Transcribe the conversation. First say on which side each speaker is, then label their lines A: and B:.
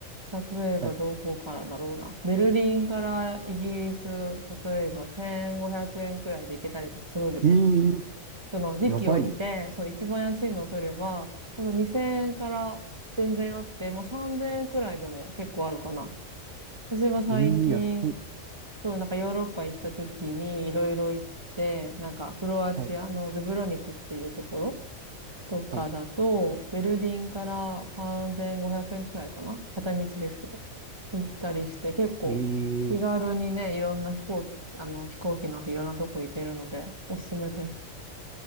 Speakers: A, on the right (about 20°); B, on the right (about 55°).
A: 例えばどこからだろうな。
B: はい。
A: ベルリンからイギリス、例えば1500円くえんくらいで行けたりとかするんですよ。
B: ええ
A: その時期を見て、
B: やばいですね。
A: そう、一番安いのを取れば、ほんと2000円から全然あって、まあ3000円くらいでも結構あるかな。私は最近、
B: ええ安っ。
A: そう、なんかヨーロッパ行った時にいろいろ行って、なんかクロアチアのドゥブロニクっていうところ
B: はい
A: とかだと、
B: はい。
A: ベルリンから3500円くえんくらいかな片道ですけど。行ったりして、結構気軽にね、
B: ええ
A: いろんな飛行、あの、飛行機乗っていろんなとこ行けるので、おすすめです。